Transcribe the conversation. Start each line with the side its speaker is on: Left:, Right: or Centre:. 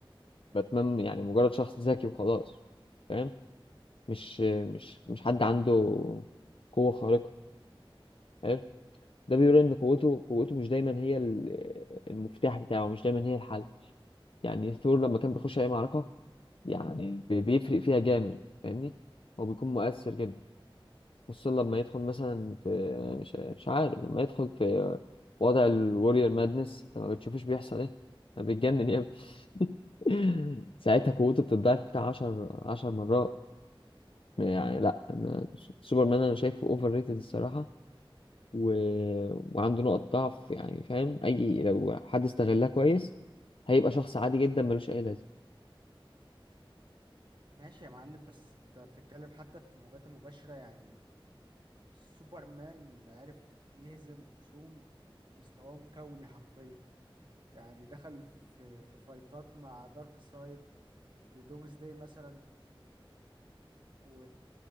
Left: باتمان يعني مجرد شخص ذكي وخلاص فاهم مش مش مش حد عنده قوة خارقة حلو ده بيقول ان قوته قوته مش دايما هي ال- المفتاح بتاعه مش دايما هي الحل يعني ثور لما كان بيخش اي معركة يعني بي- بيفرق فيها جامد فاهمني هو بيكون مؤثر جدا خصوصا لما يدخل مثلا في مش مش عارف لما يدخل في وضع الوريور مادنس انت ما بتشوفوش بيحصل ايه انا بيتجنن يا ابني <laughs> ساعتها قوته بتتضاعف بتاع 10 10 مرات يعني لا انا سوبرمان انا شايفه اوفر ريتد الصراحة و... وعنده نقط ضعف يعني فاهم اي لو حد استغلها كويس هيبقى شخص عادي جدا ملوش اي لازمه
Right: ماشي يا معلم بس انت بتتكلم حتى في الموجات المباشرة يعني سوبرمان عرف يهزم خصوم ب- ب- مستواهم كوني حرفيا يعني دخل في في فايتات مع دارك سايد ضد دومز داي مثلا و...